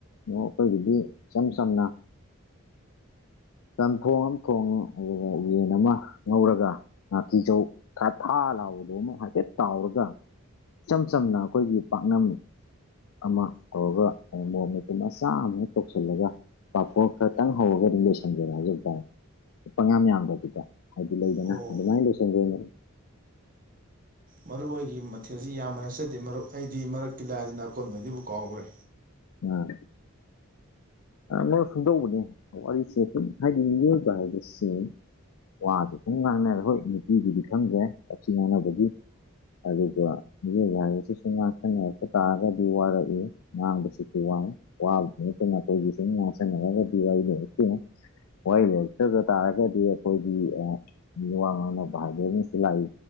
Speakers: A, on the left; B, on the right.
A: ꯑ ꯑꯩꯈꯣꯏꯒꯤꯗꯤ ꯏꯆꯝ ꯆꯝꯅ ꯆꯝꯊꯣꯡ ꯑꯃ ꯊꯣꯡꯉꯦ ꯑꯗꯨꯒ ꯌꯦꯟ ꯑꯃ ꯉꯧꯔꯒ ꯉꯥꯀꯤꯖꯧ ꯊꯥ -ꯊꯥ ꯂꯥꯎꯕꯗꯣ ꯑꯃ ꯍꯥꯏꯐꯦꯠ ꯇꯥꯎꯔꯒ ꯏꯆꯝ ꯆꯝꯅ ꯑꯩꯈꯣꯏꯒꯤ ꯄꯥꯛꯅꯝ ꯑꯃ ꯇꯧꯔꯒ ꯃꯣꯔꯣꯛ ꯃꯦꯠꯄ ꯃꯆꯥ ꯑꯃ ꯍꯦꯛ ꯇꯧꯁꯤꯜꯂꯒ ꯄꯥꯐꯣ ꯈꯔ ꯈꯤꯇꯪ ꯍꯥꯎꯔꯒ ꯑꯗꯨꯝ ꯂꯩꯁꯤꯟꯖꯔꯦ ꯍꯥꯢꯖꯕꯇꯥꯔꯦ ꯄꯪꯌꯥꯝꯌꯥꯝꯗꯕꯤꯗ ꯍꯥꯏꯗꯤ ꯂꯩꯗꯅ
B: ꯑꯣ
A: ꯑꯗꯨꯃꯥꯏꯅ ꯂꯣꯢꯁꯤ ꯟꯒ꯭ꯔꯤꯅꯤ
B: ꯃꯔꯨꯞ ꯑꯣꯏꯒꯤ ꯃꯊꯦꯜꯁꯤ ꯌꯥꯝꯕ ꯅꯆꯗꯦ ꯃꯔꯨꯞ ꯑꯩꯗꯤ ꯃꯔꯛꯀꯤꯂꯥꯏꯗꯅ ꯑꯀꯣꯟꯕꯩꯗꯤꯕꯨ ꯀꯥꯎꯒ꯭ꯔꯦ
A: ꯉꯥ ꯅꯣꯏ ꯁꯨꯡꯗꯧꯕꯅꯦ ꯋꯥꯔꯤꯁꯦ ꯍꯥꯏꯗꯤ ꯃꯤꯑꯣꯏꯕ ꯍꯥꯏꯕꯁꯤ ꯋꯥꯁꯦ ꯁꯨꯝ ꯉꯥꯡꯅꯔꯦ ꯍꯣꯏ ꯅꯨꯄꯤꯒꯤꯗꯤ ꯈꯪꯗ꯭ꯔꯦ ꯋꯥꯊꯤ ꯉꯥꯡꯅꯕꯒꯤ ꯑꯗꯨꯒ ꯌꯥꯔꯤꯁꯤꯁꯨ ꯉꯥꯛꯇꯅꯦ ꯍꯦꯛꯇ ꯇꯥꯔꯒꯗꯤ ꯋꯥꯔꯛꯏ ꯉꯥꯡꯕꯁꯤꯁꯨ ꯋꯥꯢ ꯋꯥꯕꯗꯨ ꯅꯠꯇ ꯅꯈꯣꯏꯒꯤ ꯁꯨꯝ ꯉꯥꯎꯁꯟꯅꯔꯒꯗꯤ ꯋꯥꯔꯤꯗ ꯑꯝꯇꯌꯦꯉꯣ ꯋꯥꯍꯩ ꯂꯩꯔꯛꯇꯕ ꯇꯥꯔꯒꯗꯤ ꯑꯩꯈꯣꯏꯒꯤ ꯑ ꯃꯤꯋꯥ ꯉꯥꯡꯅꯕ ꯍꯥꯢꯕꯑꯃꯁꯨ ꯂꯥꯛꯏ